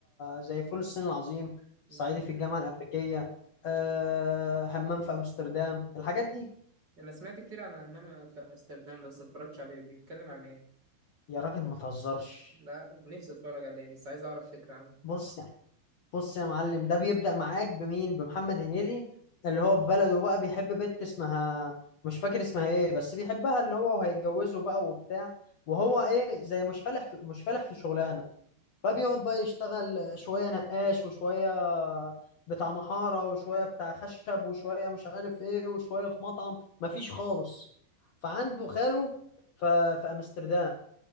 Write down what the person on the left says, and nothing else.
زي فول الصين العظيم
صعيدي في الجامعة الأمريكية أه همام في أمستردام الحاجات دي
يا راجل ما تهزرش
بص بص يا معلم ده بيبدأ معاك بمين بمحمد هنيدي اللي هو في بلده بقى بيحب بنت اسمها مش فاكر اسمها ايه بس بيحبها اللي هو وهيتجوزه بقى وبتاع وهو ايه زي مش فالح في- مش فالح في شغلانة فبيقعد
بقى يشتغل شوية نقاش وشوية بتاع محارة وشوية بتاع خشب وشوية مش عارف ايه وشوية في مطعم مفيش خالص فعنده خاله ف- في أمستردام